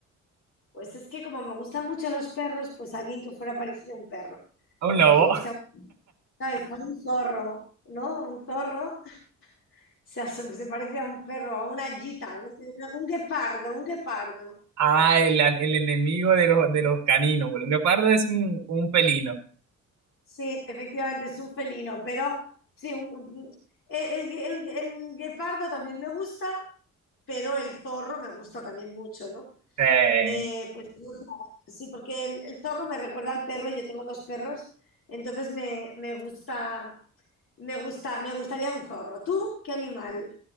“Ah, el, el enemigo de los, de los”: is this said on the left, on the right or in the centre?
Right